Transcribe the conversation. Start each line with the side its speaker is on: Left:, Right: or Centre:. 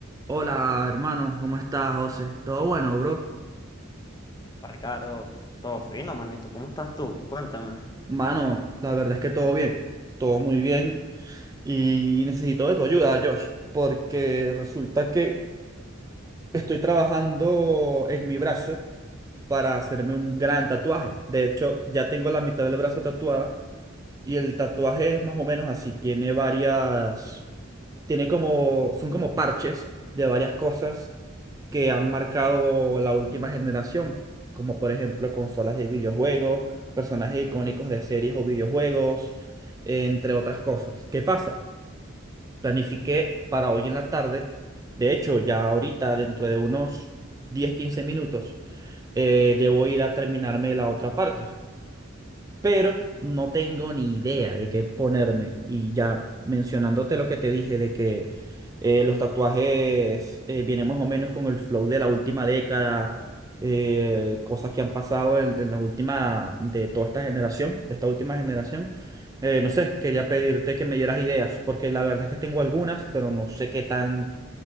Right: Hola, hermano, ¿cómo estás, José? ¿Todo bueno, bro?
Left: Epa, Ricardo, todo fino, manito. ¿Cómo estás tú? Cuéntame.
Right: Mano, la verdad es que todo bien, todo muy bien y necesito de tu ayuda, Josh, porque resulta que estoy trabajando en mi brazo para hacerme un gran tatuaje. De hecho, ya tengo la mitad del brazo tatuada y el tatuaje es más o menos así, tiene varias, tiene como, son como parches de varias cosas que han marcado la última generación, como por ejemplo consolas de videojuegos, personajes icónicos de series o videojuegos, entre otras cosas. ¿Qué pasa? Planifiqué para hoy en la tarde, de hecho ya ahorita dentro de unos diez, quince minutos, eh, debo ir a terminarme la otra parte pero no tengo ni idea de qué ponerme. Y ya mencionándote lo que te dije de que eh, los tatuajes eh, vienen más o menos con el flow de la última década, eh, cosas que han pasado en, en la última, de toda esta generación, de esta última generación. Eh, no sé, quería pedirte que me dieras ideas, porque la verdad es que tengo algunas, pero no sé qué tan,